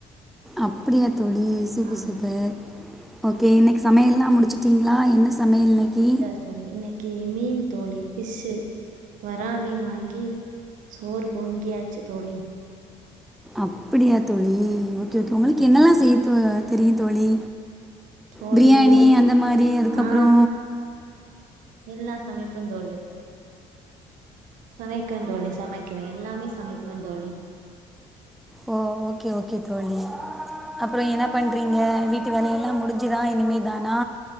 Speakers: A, in the centre; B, on the right.
A: அப்படியா தோழி சூப்பர்
B: ஆமா
A: சூப்பர்
B: தோழி.
A: ஓகே இன்னைக்கு சமையல்லா முடிச்சுட்டிங்களா என்ன சமையல் இன்னக்கி
B: சொலி இன்னக்கி மீன் தோழி ஃபிஷ்ஷு வரா மீன் வாங்கி சோறு பொங்கியாச்சு தோழி
A: அப்படியா தோழி ஓகே
B: ஆமா
A: ஓகே உங்களுக்கு
B: தோழி
A: என்னெல்லா செய்ய தோ தெரியு தோழி
B: தோழி
A: பிரியாணி அந்த மாரி அதுக்கப்பறோ
B: ஆ எல்லா சமைப்ப தோழி சமைக்குவ தோழி சமைக்குவ எல்லாமே சமைக்குவ தோழி
A: ஓ ஓகே ஓகே தோழி அப்பறோ என்ன பண்றீங்க வீட்டு வேலையெல்லா முடிஞ்சுதா இனிமே தானா